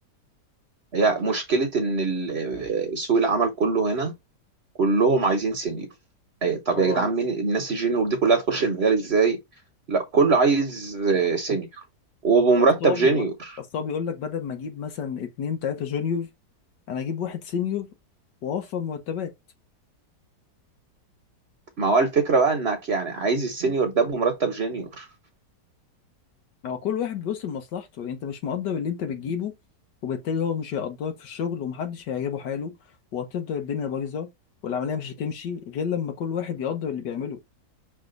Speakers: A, on the right (about 40°); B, on the left (about 75°).
A: هي مشكله ان ال- سوق العمل كله هنا كلهم عايزين سينيور أي- طب
B: اه
A: يا جدعان مين الناس الجينيور دي كلها تخش المجال ازاي لا كله عايز آه، سينيور وبمرتب
B: اصل هو
A: جينيور
B: بيقول اصل هو بيقول لك بدل ما اجيب مثلا اتنين تلاته جونيور انا اجيب واحد سينيور واوفر مرتبات
A: ما هو الفكرة بقى انك يعني عايز السينيور ده بمرتب جينيور
B: ما هو كل واحد بيبص لمصلحته يعني انت مش مقدر اللي انت بتجيبه وبالتالي هو مش هيقدرك في الشغل ومحدش هيعجبه حاله وهتفضل الدنيا بايظه والعمليه مش هتمشي غير لما كل واحد يقدر اللي بيعمله